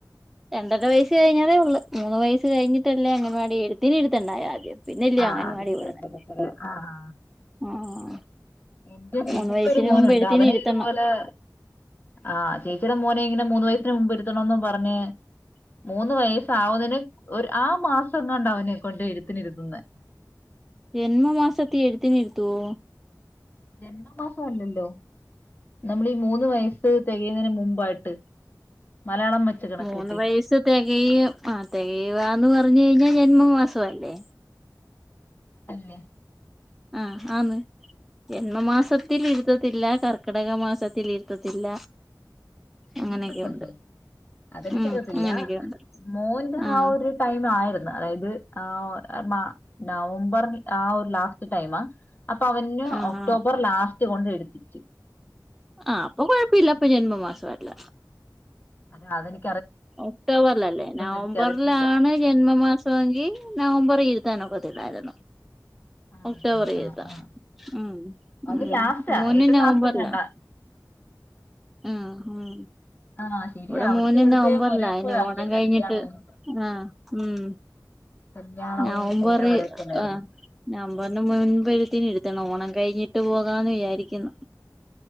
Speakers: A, in the centre; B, on the left.
A: രണ്ടര വയസ് കഴിഞ്ഞതേയുള്ളു മൂന്ന് വയസ് കഴിഞ്ഞിട്ടല്ലേ അംഗനവാടി എഴുത്തിന് ഇരുത്തേണ്ടേ ആദ്യം പിന്നല്ലേ
B: ആഹ്
A: അംഗൻവാടി
B: അത് ശരി
A: വിടണെ
B: ശരി ശരി ആഹ്
A: ആഹ്
B: എന്റെ ചേച്ചിക്ക്
A: മൂന്ന് വയസ്സിന്
B: ഒരു മോനുണ്ട്
A: മുമ്പ് എഴുത്തിന്
B: അവന്
A: ഇരുത്തണം
B: ഇതുപോലെ- ആഹ് ചേച്ചിയുടെ മോനെ ഇങ്ങനെ മൂന്ന് വയസ്സിന് മുമ്പ് ഇരുത്താനൊന്നും പറഞ്ഞ് മൂന്ന് വയ- സ് ആവുന്നതിനു ഒരു ആ മാസം എങ്ങാണ്ട അവനെ കൊണ്ട് എഴുത്തിന് ഇരുത്തുന്നെ
A: ജന്മ മാസത്തി എഴുതിനിരുത്തോവോ
B: ജന്മമാസം അല്ലല്ലോ നമ്മളീ മൂന്ന് വയസ്സ് തികയുന്നതിന് മുമ്പായിട്ട് മലയാളം വെച്ച് കണക്കൂട്ടി
A: മൂന്ന് വയസ്സ് തികയ ആ തികയുകാന്ന് പറ ഞ്ഞ് കഴിഞ്ഞാ ജന്മമാസം അല്ലേ
B: അല്ലേ
A: ആഹ് ആന്ന് ജന്മമാസത്തിൽ ഇരുത്തത്തില്ല കർക്കിടക മാസത്തിൽ ഇരുത്തത്തില്ല അങ്ങനെയൊക്കെയുണ്ട്
B: അങ്ങനെയൊക്കെ ഉണ്ടോ അതെനിക്കറിയത്തില്ല
A: ഉം അങ്ങനെയൊക്കെയുണ്ട്
B: മോൻ
A: ആഹ്
B: ആ ഒരു ടൈം ആയിരു ന്ന് അതായത് ആ മാ നവംബർ ആ ഒരു ലാസ്റ്റ് ടൈമാ അപ്പൊ അവന്
A: ആഹ്
B: ഒക്ടോബർ
A: ആഹ്
B: ലാസ്റ്റ് കൊണ്ട് ഇരുത്തിച്ചു
A: ആഹ് അപ്പൊ കൊഴപ്പവില്ല അപ്പൊ ജന്മമാസം അല്ല
B: അത് അതിന്
A: ഒക്ടോബറിലല്ലേ നവംബറിലാണ്
B: എനിക്കറിയത്തില്ല
A: ജന്മമാസമെങ്കിൽ നവംബറിൽ ഇരു ത്താനൊക്കത്തില്ലായിരുന്നു
B: ആണല്ലേ
A: ഒക്ടോബറിൽ
B: ആ
A: ഇരുത്താം
B: ആ
A: ഉം
B: അത്
A: ഉം
B: ലാസ്റ്റാ
A: മോന്
B: ഏറ്റവും
A: നവംബറിലാ
B: ലാസ്റ്റ് എങ്ങാണ്ടാ
A: ആഹ് ഉം
B: ആ ശരിയാ
A: ഇവിടെ
B: അവിടുത്തെ
A: മോന്
B: ഇവിടുത്തെയും
A: നവംബറിലാ
B: ഒരേപോലാവില്ലേ
A: ഇനി ഓണം കഴിഞ്ഞിട്ട്
B: കല്യാണവും
A: ആഹ് ഉം
B: കല്യാണവും
A: നവംബറിൽ
B: എല്ലാം ഒരേപോലായിരുന്നു
A: ആഹ് നവംബറിന് മുൻപ് എഴുത്തിനിരുത്തണം ഓണം കഴിഞ്ഞിട്ട് പോകാന്ന് വിചാരിക്കുന്നു